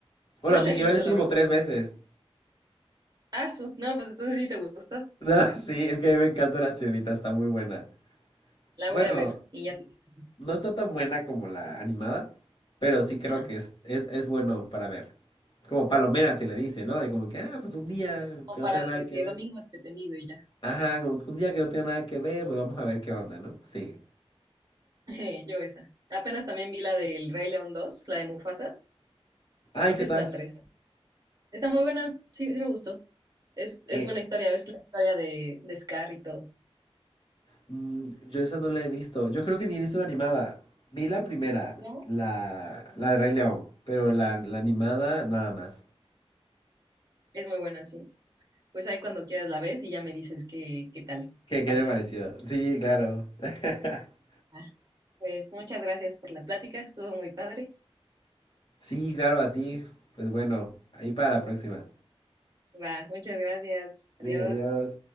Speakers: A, on the left; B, on the right.
A: Bueno,
B: no
A: a
B: la
A: mí,
B: he
A: yo
B: visto,
A: la he visto
B: la
A: como
B: verdad.
A: tres veces. <laughs>
B: Ah, su, no, pues entonces sí te gustó.
A: No, sí, es que a mí me encanta la sirenita, está muy buena.
B: La
A: Bueno,
B: voy a ver y ya te cuento.
A: no está tan buena como la animada, pero sí creo
B: Ajá.
A: que es, es, es bueno para ver. Como palomera se le dice, ¿no? De como que, ah, pues un día
B: Como
A: que no
B: para
A: tenga nada
B: de
A: que
B: que
A: ver.
B: domingo entretenido y ya.
A: Ajá, como que un día que no tenga nada que ver, pues vamos a ver qué onda, ¿no? Sí.
B: <laughs> Yo esa. Apenas también vi la del Rey León 2, la de Mufasa, o
A: Ay,
B: creo
A: ¿qué
B: que es
A: tal?
B: la tres Está muy buena, sí, sí me gustó. Es, es
A: Eh,
B: buena historia, ves la historia de, de Scar y todo.
A: mm, yo esa no la he visto. Yo creo que ni he visto la animada. Vi la primera,
B: ¿No?
A: la, la de Rey León, pero la, la animada nada más.
B: Es muy buena, sí. Pues ahí cuando quieras la ves y ya me dices qué, qué tal
A: ¿Qué,
B: te
A: qué
B: parece.
A: te pareció? Sí, claro. <laughs>
B: Ah, Pues muchas gracias por la plática, estuvo muy padre.
A: Sí, claro, a ti. Pues bueno, ahí para la próxima.
B: Va, muchas gracias.
A: Sí,
B: Adiós.
A: adiós.